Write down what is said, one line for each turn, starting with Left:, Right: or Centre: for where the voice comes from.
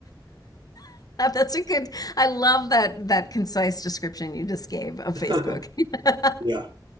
Left: <laughs> That's a good, I love that that concise description you just gave of
Right: them.
Left: Facebook.
Right: <laughs>
Left: <laughs>
Right: Yeah.